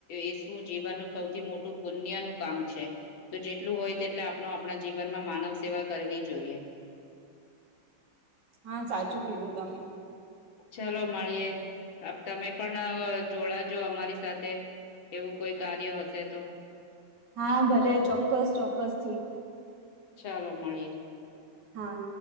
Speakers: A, on the left (about 75°); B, on the right (about 60°).
A: એ શું જીવન ન સૌ થી મોટું પુણ્ય નું કામ છે, તો જેટલું હોય તેટલે ું આપણે જીવન માં માનવ સેવા કરવી જોઈએ.
B: હા સાચું કીધું તમે.
A: ચલો મળીએે, તમે પણ જોડાજો અમારી સાથે, એવું કોઈ કાર્ય હશે તો.
B: હા ભલે ચોક્કસ ચોક્કસથી.
A: ચાલો મળીએ.
B: હા.